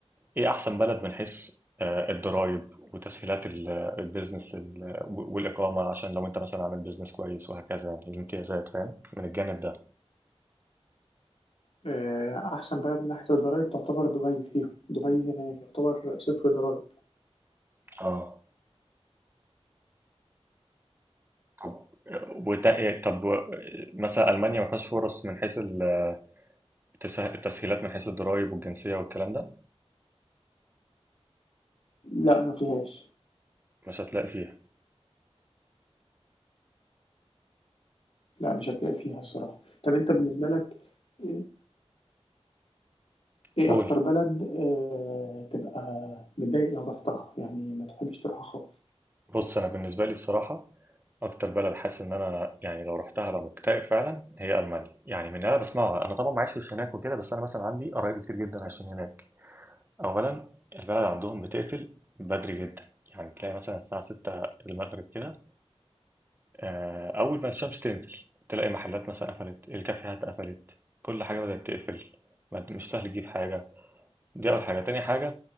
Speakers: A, on the right; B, on the left.
A: ايه احسن بلد من حيث آه، الضرايب وتسهيلات ال- البيزنس لل- والاقامه عشان لو انت مثلا عامل بيزنس كويس وهكذا يعني الامتيازات فاهم من الجانب ده
B: آه، أحسن بلد من ناحية الضرايب تعتبر دبي فيهم دبي يعتبر صفر ضرايب
A: اه طب وت... آه، طب و- مثلا المانيا ما فيهاش فرص من حيث ال- التسه- التسهيلات من حيث الضرايب والجنسيه والكلام ده
B: لا ما فيهاش
A: مش هتلاقي فيها
B: لا مش هتلاقي فيها الصراحة طب أنت بالنسبة لك إيه إيه
A: قول
B: أكتر بلد آه، تبقى متضايق لو رحتها يعني ما تحبش تروحها خالص
A: بص انا بالنسبه لي الصراحه اكتر بلد حاسس ان انا يعني لو رحتها هبقى مكتئب فعلا هي المانيا يعني من اللي انا بسمعها انا طبعا ما عشتش هناك وكده بس انا مثلا عندي قرايب كتير جدا عايشين هناك أولا البلد عندهم بتقفل بدري جدا يعني تلاقي مثلا الساعة ستة المغرب كده آه، أول ما الشمس تنزل تلاقي محلات مثلا قفلت الكافيهات قفلت كل حاجة بدأت تقفل ما- مش سهل تجيب حاجة دي أول حاجة تاني حاجة